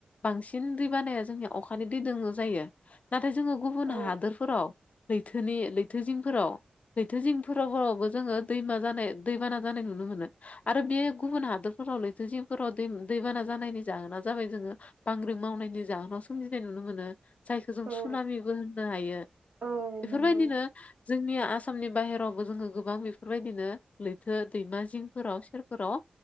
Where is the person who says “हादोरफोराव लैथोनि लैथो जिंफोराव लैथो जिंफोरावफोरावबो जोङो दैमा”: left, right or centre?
Left